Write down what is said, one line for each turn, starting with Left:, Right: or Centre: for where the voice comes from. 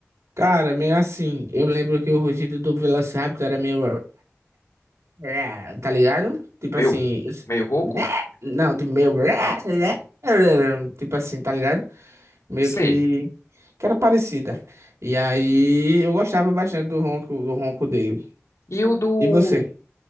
Right: Cara, meio assim, eu lembro que o rugido do Velociraptor era meio. É, tá ligado? Tipo
Left: Meio,
Right: assim, isso-
Left: meio rouco?
Right: né? não, tipo meio, né? Né? tipo assim, tá ligado? Meio
Left: Sei.
Right: que que era parecida. E aí eu gostava bastante do ronco, do ronco dele.
Left: E o do
Right: E você?